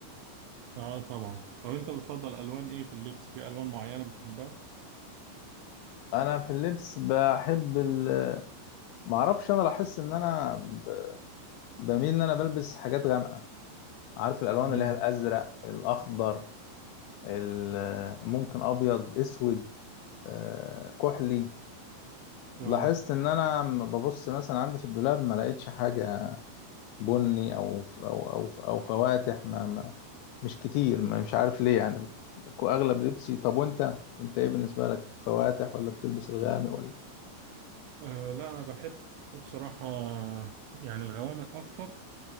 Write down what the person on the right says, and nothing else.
اه طبعا طب انت بتفضل الوان ايه في اللبس في الوان معينة بتحبها
امم
اه
آه، لا انا بحب بصراحة يعني الغوامق اكتر